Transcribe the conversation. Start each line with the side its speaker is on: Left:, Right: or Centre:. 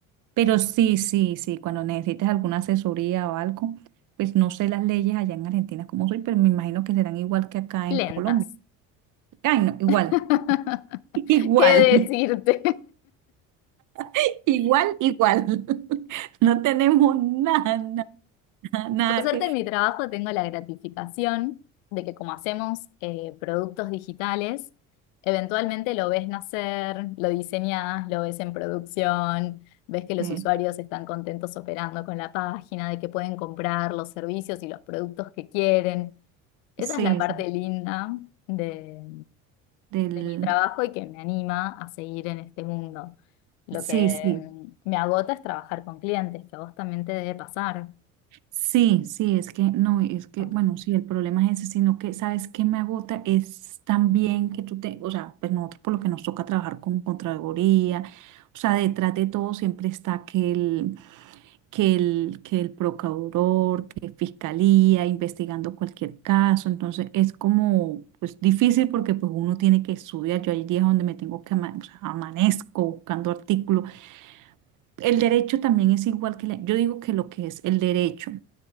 Right: Pero sí, sí, sí, cuando necesites alguna asesoría o algo, pues no sé las leyes allá en Argentina como soy, pero me imagino que serán igual que acá en
Left: Lentas.
Right: Colombia. Ay, no, igual,
Left: <laughs>
Right: <laughs> igual,
Left: ¿Qué decirte?
Right: <laughs> igual, igual. <laughs> No tenemos nada, nada, nada
Left: Por suerte
Right: que...
Left: en mi trabajo tengo la gratificación de que como hacemos eh, productos digitales, eventualmente lo ves nacer, lo diseñás, lo ves en producción, ves que los
Right: Sí,
Left: usuarios están contentos operando con la página, de que pueden comprar los servicios y los productos que quieren. Esa
Right: sí,
Left: es la parte
Right: sí,
Left: linda de,
Right: del...
Left: de mi trabajo y que me anima a seguir en este mundo. Lo
Right: Sí,
Left: que
Right: sí.
Left: mm, me agota es trabajar con clientes, que a vos también te debe pasar,
Right: Sí, sí, es que no, es que,
Left: con-
Right: bueno, sí, el problema es ese, sino que, ¿sabes qué me agota? Es también que tú te, o sea, pues nosotros por lo que nos toca trabajar con Contraloría, o sea, detrás de todo siempre está que el, que el, que el procurador, que fiscalía, investigando cualquier caso, entonces es como, pues difícil porque pues uno tiene que estudiar, yo hay días donde me tengo que, ama- o sea, amanezco buscando artículos. El derecho también es igual que, la- yo digo que lo que es el derecho.